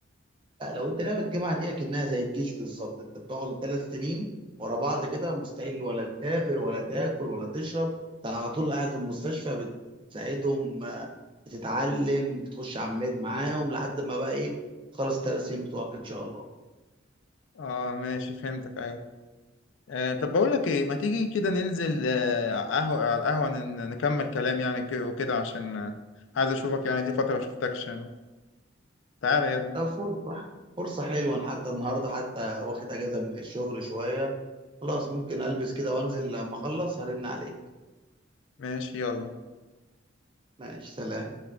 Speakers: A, on the right; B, on the left.
A: لا لو انت لعبة الجامعة دي اكنها زي الجيش بالظبط انت بتقعد الثلاث سنين ورا بعض كده مستحيل ولا تسافر ولا تاكل ولا تشرب انت على طول قاعد في المستشفى بتساعدهم آه، بتتعلم بتخش عمليات معاهم لحد ما بقى ايه تخلص الثلاث سنين بتوعك ان شاء الله
B: اه ماشي فهمتك أيوة آه طب بقول لك إيه ما تيجي كده ننزل آه قهوة على القهوة ن- نكمل كلام يعني ك- وكده عشان آه، عايز أشوفك يعني دي فترة ما شفتكش تعالى يلا
A: ده فرصة فرصة حلوة انا حتى النهارده حتى واخد اجازة من الشغل شوية خلاص ممكن البس كده وانزل لما اخلص هرن عليك
B: ماشي يلا
A: ماشي سلام